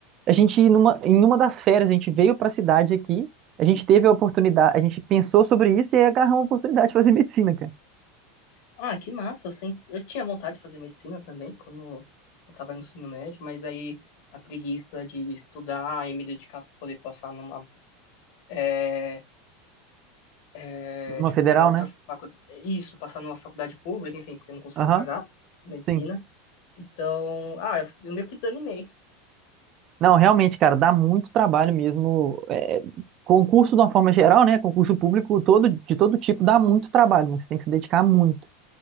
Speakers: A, on the right (about 35°); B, on the left (about 60°).
A: A gente, numa, em uma das férias, a gente veio para a cidade aqui, a gente teve a oportunidade, a gente pensou sobre isso e aí agarrou a oportunidade de fazer <laughs> medicina, cara.
B: Ah, que massa. Eu, sempre... eu tinha vontade de fazer medicina também quando eu tava no ensino médio, mas aí a preguiça de estudar e me dedicar pra poder passar numa. É... é,
A: Uma
B: tipo,
A: federal,
B: em outra
A: né?
B: faculdade. Isso, passar numa faculdade pública, enfim, porque eu não consigo
A: Aham,
B: pagar medicina.
A: sim.
B: Então, ah, eu, eu meio que desanimei,
A: Não, realmente, cara, dá muito trabalho mesmo. É, concurso, de uma forma geral, né? Concurso público todo, de todo tipo dá muito trabalho, né? Você tem que se dedicar muito.